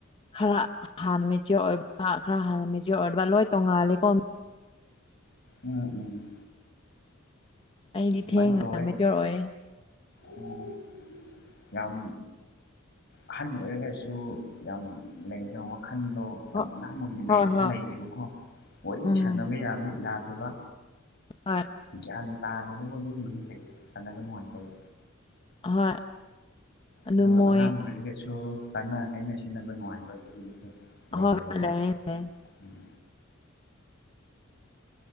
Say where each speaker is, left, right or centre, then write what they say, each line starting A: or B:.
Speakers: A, on the left (about 25°); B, on the left (about 55°).
A: ꯈꯔ ꯍꯥꯟꯅ ꯃꯦꯆꯤꯌꯣꯔ ꯑꯣꯏꯕ ꯈꯔ ꯍꯥꯟꯅ ꯃꯦꯆꯤꯌꯣꯔ ꯑꯣꯏꯕ꯭ꯔ ꯂꯣꯏ ꯇꯣꯡꯉꯥꯂꯦꯀꯣ
B: ꯎꯝ ꯎꯝ
A: ꯑꯩꯗꯤ
B: ꯑꯗꯨꯃꯥꯏꯅ
A: ꯊꯦꯡꯅ
B: ꯇꯧꯋꯦ
A: ꯃꯦꯆꯤꯌꯣꯔ ꯑꯣꯏꯌꯦ
B: ꯎꯝ ꯌꯥꯝ ꯑꯍꯟ ꯑꯣꯏꯔꯒꯁꯨ ꯌꯥꯝ ꯂꯩꯕꯅ ꯋꯥꯈꯟꯗꯣ ꯌꯥꯝ
A: ꯍꯣꯏ
B: ꯑꯉꯥꯡ ꯑꯣꯏꯅ
A: ꯍꯣꯏ
B: ꯂꯩꯕꯁꯨ
A: ꯍꯣꯏ
B: ꯂꯩꯌꯦꯕꯀꯣ ꯂꯣꯏꯅ
A: ꯎꯝ
B: ꯁꯥꯟꯅꯕ ꯌꯥꯕ ꯌꯥꯗꯕ
A: ꯍꯣꯏ
B: ꯒ꯭ꯌꯥꯟ ꯇꯥꯗꯕꯕꯨ ꯑꯗꯨꯝ ꯂꯣꯏ ꯂꯩꯌꯦ ꯁꯥꯟꯅꯕ ꯅꯨꯡꯉꯥꯏꯇꯕ
A: ꯍꯣꯏ ꯑꯗꯨ
B: ꯑꯗꯨꯒ
A: ꯃꯣꯏ
B: ꯑꯉꯥꯡ ꯑꯣꯏꯔꯒꯁꯨ ꯀꯥꯟꯅ ꯍꯥꯏꯅ ꯁꯤꯟꯅꯕ ꯅꯨꯡꯉꯥꯏꯕ ꯑꯗꯨꯨꯝ ꯅꯠꯇꯦ
A: ꯍꯣꯏ
B: ꯂꯩꯌꯦꯕꯀꯣ
A: ꯍꯣꯏ ꯂꯩꯌꯦ ꯂꯩꯌꯦ
B: ꯎꯝ